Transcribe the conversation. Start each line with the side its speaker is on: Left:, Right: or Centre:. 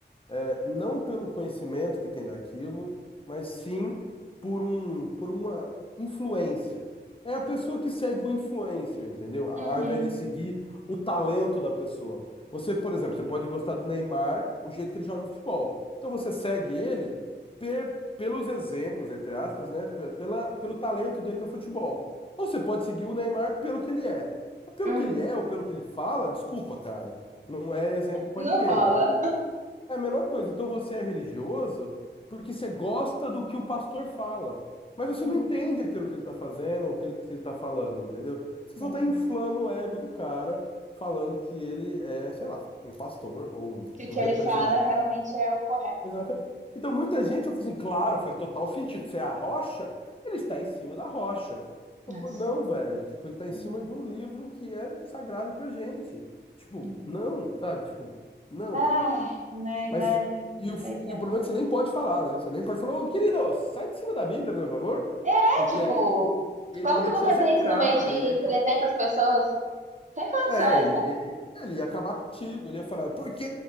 Left: é, não pelo conhecimento que tem daquilo, mas sim por um, por uma influência. É a pessoa que segue o influencer, entendeu? Ao
Right: Uhum.
Left: invés de seguir o talento da pessoa. Você, por exemplo, você pode gostar do Neymar, o jeito que ele joga futebol. Então você segue ele pe- pelos exemplos, entre aspas, né? pe- Pela, pelo talento dele no futebol. Ou você pode seguir o Neymar pelo que ele é. Mas pelo
Right: Uhum.
Left: que ele é ou pelo que ele fala, desculpa, cara. Não é exemplo pra
Right: Não
Left: ninguém,
Right: rola.
Left: entendeu? É a mesma coisa. Então você é religioso porque você gosta do que o pastor fala. Mas você
Right: Uhum.
Left: não entende aquilo que ele está fazendo ou o que ele, que ele está falando, entendeu? Você
Right: Sim.
Left: só está inflando o ego do cara, falando que ele é, sei lá, um pastor ou um,
Right: Que o que
Left: um representante.
Right: ele fala realmente é o correto,
Left: Exatamente.
Right: né?
Left: Então muita gente fala assim, claro, faz total sentido. Você é a rocha, ele está em cima da rocha.
Right: Nossa.
Left: Eu falo, não, velho. Tipo, ele está em
Right: Uhum.
Left: cima de um livro que é sagrado pra gente. Tipo,
Right: Uhum.
Left: não, sabe? Tipo, não.
Right: Ai, mas
Left: Mas
Right: olha,
Left: e o,
Right: foi
Left: e
Right: tenso.
Left: o problema é que você nem pode falar, né? Você nem pode falar, ô querido, sai de cima da Bíblia, por favor.
Right: É
Left: Porque
Right: tipo,
Left: aí ele
Right: como
Left: ia
Right: que eu
Left: te
Right: vou fazer
Left: execrar,
Right: isso no meio de
Left: ele ia. ca-
Right: 300 pessoas? Sem condições,
Left: É, ele,
Right: cara.
Left: ele, ele ia acabar contigo, ele ia falar, por que